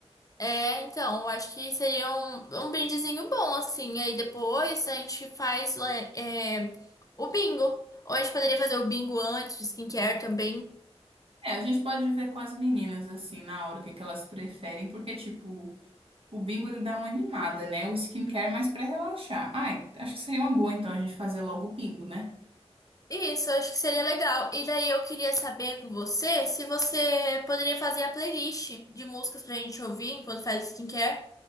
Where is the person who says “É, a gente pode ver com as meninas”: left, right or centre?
Right